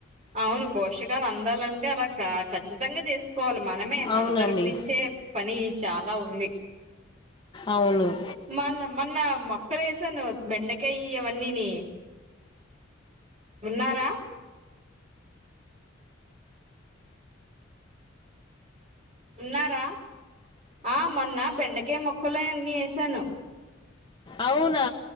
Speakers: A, on the right; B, on the left.
A: అవును పోషకాలు అందాలంటే అలా ఖచ్చితంగా చేసుకోవాలి మనమే మన
B: అవునండి
A: తరపు నుంచే పని చాలా ఉంది
B: అవును
A: మన్న మొన్న మొక్కలు వేసాను బెండకాయ్ అవన్నీని ఉన్నారా ఉన్నారా ఆ మొన్న బెండకయ మొక్కలు అన్నీ వేసాను
B: అవునా